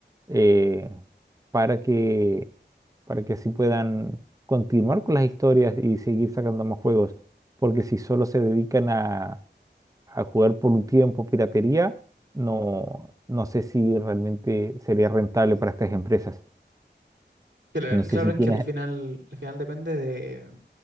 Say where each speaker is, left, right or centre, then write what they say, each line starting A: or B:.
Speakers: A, on the right; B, on the right.
A: eh, para que, para que así puedan continuar con las historias y seguir sacando más juegos. Porque si solo se dedican a, a jugar por un tiempo piratería, no, no sé si realmente sería rentable para estas empresas.
B: Claro,
A: No
B: claro
A: sé si
B: es
A: tienes...
B: que al final, al final depende de,